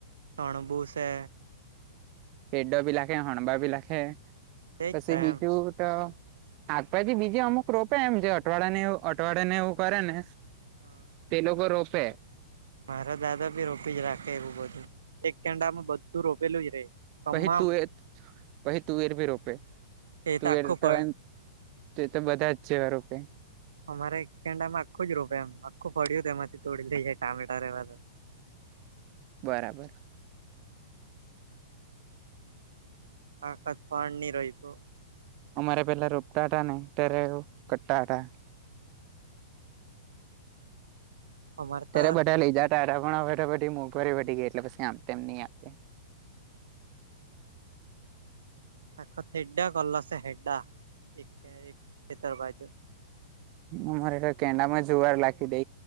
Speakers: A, on the right (about 85°); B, on the right (about 40°).
A: હણબૂ સે.
B: હેડોભી નાખે હણબા નાખે.
A: તેજ
B: પછી
A: થાય
B: બીજું તો શાકભાજી બીજી અમુક રોપે એમ છે અઠવાડિયા ને અઠવાડિયા ને એવું કરે ને
A: એમ
B: તે લોકો રોફે.
A: મારા દાદા ભી રોપી જ રાખે એવું બધું એક કેંડામાં બધું રોપેલું જ રે. તમામ
B: પહી તુવે પહી તુવેર ભી રોપે.
A: એ
B: તુંએર
A: આખું
B: તો
A: ફળ
B: એમ તે તો બધા જ જેવા રોપે.
A: અમારે એક કેડામાં આખું જ રોપે એમ આખું પડ્યું તે એમાંથી તોડી લઈ જાય ટામેટા રેવા દે
B: બરાબર.
A: આકાત્વા ની રોઈપૂ
B: અમારે પેલા રોપટા હતા ને ત્યારે એવું ક્ટા હટા.
A: અમારે તો
B: ત્યારે બધા લઈ જા તારા પણરે બધી મોંઘવારી બી ગઈ એટલે પછી આમ તેમ નહી આપે.
A: આખત હેડા ગલ સ હેડા એક એક ખેતર બાજુ.
B: અમારે તો કેંડા માં જુવાર લાગી દે